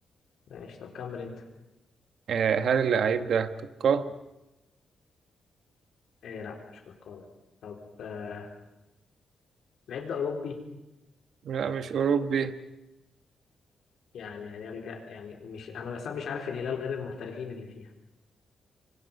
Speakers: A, on the left; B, on the right.
A: ماشي طب كمل انت
B: آه هل اللعيب ده كاكا
A: آه لا مش كوكولا طب آه لعيب ده اوروبي
B: لا مش أوروبي
A: يعني هنرجع يعني مش انا مثلا مش عارف الهلال غير المحترفين اللي فيها